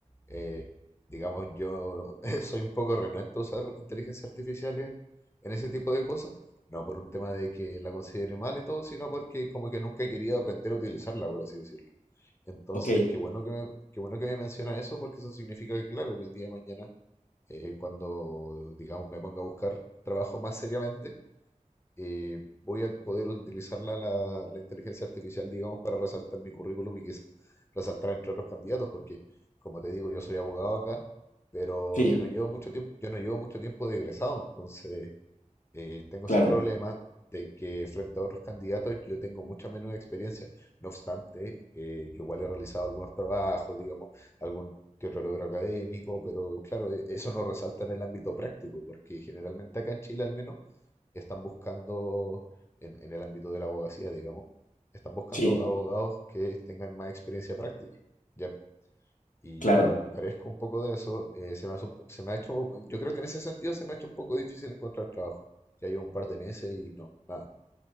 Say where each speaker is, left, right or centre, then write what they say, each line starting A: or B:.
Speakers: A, on the left; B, on the left.
A: eh, digamos, yo <laughs> soy un poco renuente a usar inteligencia artificial en, en ese tipo de cosas. No por un tema de que la considere mal y todo, sino porque como que nunca he querido aprender a utilizarla, por así decirlo. Entonces,
B: Ok,
A: qué bueno que me, qué bueno que me mencionas eso, porque eso significa que, claro, que el día de mañana eh, cuando, digamos, me ponga a buscar trabajo más seriamente, eh, voy a poder utilizar la, la- la inteligencia artificial, digamos, para resaltar mi currículum y quizás resaltar entre otros candidatos, porque, como te digo, yo soy abogado acá, pero
B: sí,
A: yo no llevo mucho tiempo, yo no llevo mucho tiempo de egresado, entonces eh, tengo
B: claro,
A: ese problema de que frente a otros candidatos yo tengo mucha menos experiencia. No obstante, eh, yo igual he realizado algunos trabajos, digamos, algún que otro logro académico, pero claro, e- eso no resalta en el ámbito práctico, porque generalmente acá en Chile al menos están buscando, en, en el ámbito de la abogacía, digamos, están buscando
B: sí,
A: abogados que tengan más experiencia práctica. ¿ya? Y
B: claro.
A: yo, como carezco un poco de eso, eh, se me hace un po- se me ha hecho, yo creo que en ese sentido se me ha hecho un poco difícil encontrar trabajo. Ya llevo un par de meses y no, nada,